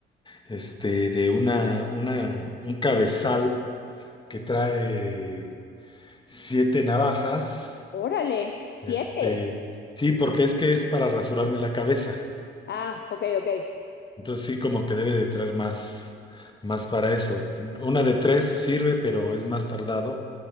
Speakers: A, on the left; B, on the left.
A: este, de una, una, un cabezal que trae siete navajas,
B: Órale, siete.
A: este, sí, porque es que es para rasurarme la cabeza.
B: Ah, ok, ok.
A: Entonces sí, como que debe de traer más, más para eso. Una de tres sirve, pero es más tardado,